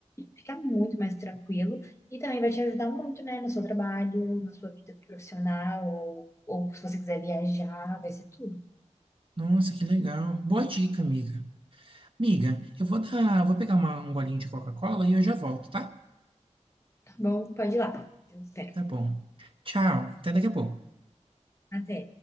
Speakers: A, on the left; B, on the right.
A: fica muito mais tranquilo e também vai te ajudar muito, né, no seu trabalho, na sua vida profissional, ou, ou se você quiser viajar, vai ser tudo.
B: Nossa, que legal. Boa dica, amiga. Amiga, eu vou dar, vou pegar uma- um golinho de Coca-Cola e eu já volto, tá?
A: Tá bom? Pode ir lá. Eu espero.
B: Tá bom. Tchau. Até daqui a pouco.
A: Até.